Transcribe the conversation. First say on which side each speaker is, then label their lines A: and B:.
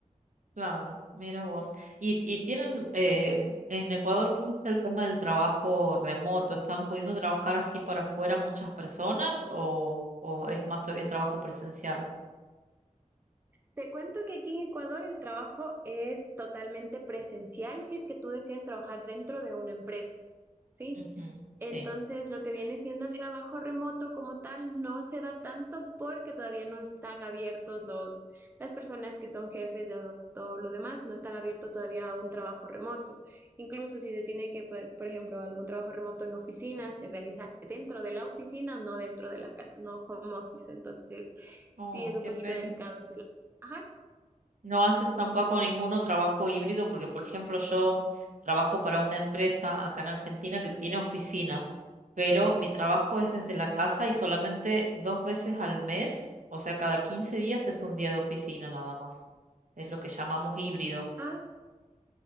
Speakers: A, on the right (about 70°); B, on the right (about 15°).
A: claro, mira vos. ¿Y, y tienen eh, en Ecuador cómo está el tema del trabajo remoto? ¿Están pudiendo trabajar así para afuera muchas personas o, o es más todavía el trabajo presencial?
B: Te cuento que aquí en Ecuador el trabajo es totalmente presencial si es que tú deseas trabajar dentro de una empresa, ¿sí?
A: Ujú,
B: Entonces,
A: sí.
B: lo que viene siendo el trabajo remoto como tal no se da tanto porque todavía no están abiertos los, las personas que son jefes de lo- todo lo demás, no están abiertos todavía a un trabajo remoto. Incluso si se tiene que, por por ejemplo, algún trabajo remoto en oficina, se realiza dentro de la oficina, no dentro de la casa, no home office. Entonces,
A: Oh,
B: sí es un
A: qué
B: poquito
A: pena.
B: delicado ese lado. Ajá.
A: No hacen tampoco ninguno trabajo híbrido porque, por ejemplo, yo trabajo para una empresa acá en Argentina que tiene oficinas, pero mi trabajo es desde la casa y solamente dos veces al mes, o sea, cada 15 días es un día de oficina nada más. Es lo que llamamos híbrido.
B: Ah,